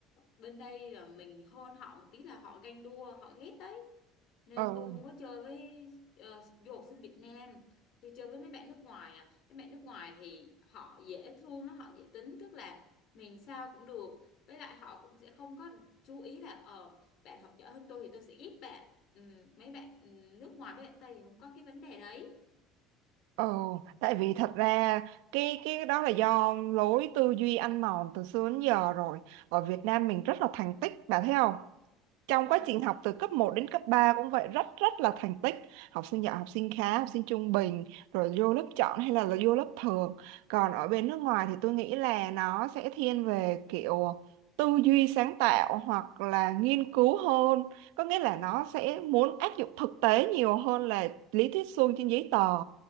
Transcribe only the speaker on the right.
ừ
Ồ, tại vì thật ra cái cái đó là do lối tư duy ăn mòn từ xưa đến giờ rồi. Ở Việt Nam mình rất là thành tích, bạn thấy không? trong
quá trình học từ cấp một đến cấp 3 cũng vậy rất rất là thành tích học sinh giỏi học sinh khá học sinh trung bình rồi vô lớp chọn hay là, là vô lớp thường còn ở bên nước ngoài thì tôi nghĩ là nó sẽ thiên về kiểu tư duy sáng tạo hoặc là nghiên cứu hơn có nghĩa là nó sẽ muốn áp dụng thực tế nhiều hơn là lý thuyết suông trên giấy tờ